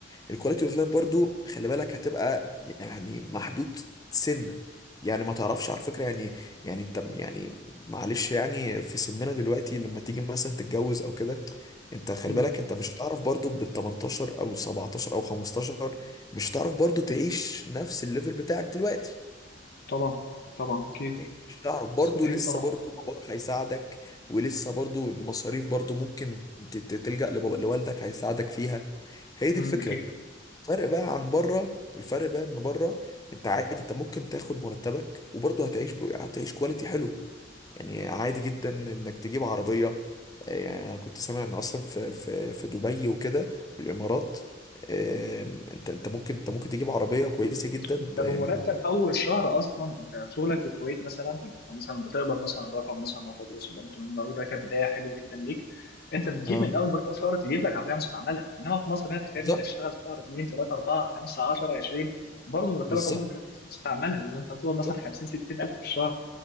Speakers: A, on the left (about 20°); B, on the left (about 60°).
A: الكواليتي اوف لايف برضو خلي بالك هتبقى يعني محدود سنة يعني ما تعرفش على فكرة يعني يعني انت م- يعني معلش يعني في سننا دلوقتي لما تيجي مثلا تتجوز او كده انت خلي
B: مم.
A: بالك انت مش هتعرف برضو بال 18 او 17 او 15 مش هتعرف برضو تعيش نفس الليفل بتاعك دلوقتي
B: طبعا طبعا اكيد
A: يعني مش هتعرف برضو
B: مستحيل
A: لسه
B: طبعا
A: برضو باباك هيساعدك ولسه برضو المصاريف برضو ممكن ت- ت- تلجأ لبابا لوالدك هيساعدك فيها هي
B: مم،
A: دي الفكرة
B: اكيد
A: الفرق بقى عن بره الفرق بقى ان بره انت عادي انت ممكن تاخد مرتبك وبرضه هتعيش ب... هتعيش كواليتي حلوه يعني عادي جدا انك تجيب عربيه آه، يعني انا كنت سامع ان اصلا في في في دبي وكده والامارات آم، انت انت ممكن انت ممكن تجيب عربيه كويسه جدا ب...
B: انت
A: يعني
B: بمرتب اول شهر اصلا انت شغلك في الكويت مثلا بتبقى مثلا بتقبض مثلا رقم مثلا ما قدره 700 دولار ده كبدايه حلو جدا ليك انت بتجيب
A: اه
B: من اول مرتب اول شهر تجيب لك عربيه مستعمله انما في مصر هنا تخيل
A: بالظبط
B: انت تشتغل شهر 2 3 4 5 10 20 برضه مرتبك
A: بالظبط
B: عمره ما جاب مستعمله لان انت بتقبض مثلا
A: بالظبط
B: 50 60 الف في الشهر